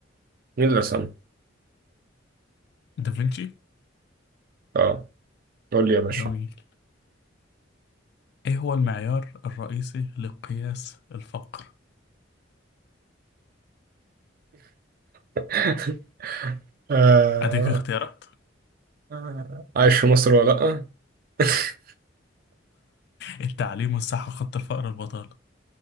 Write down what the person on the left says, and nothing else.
دافنشي
جميل ايه هو المعيار الرئيسي لقياس الفقر؟
اديك اختيارات
التعليم والصحة خط الفقر البطالة